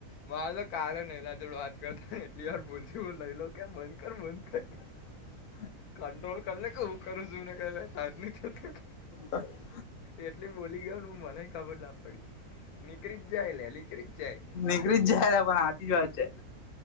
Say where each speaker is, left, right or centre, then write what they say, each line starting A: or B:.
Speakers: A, on the left (about 80°); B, on the left (about 60°).
A: મારે તો કાલે નૈલા જોડ વાત કરતા એટલી વાર ભૂલતી બોલાયેલું કે બંદ કર બંદ કર.
B: <inaudible>
A: કંટ્રોલ કરને કું કરું જું ના ક ત- -
B: હા.
A: એટલી બોલી ગયો મને ખબર ના પડી નીકળી જ જાય લે નીકરી જ જાય.
B: નીકળી જ પણ હાચી જ વાત છે.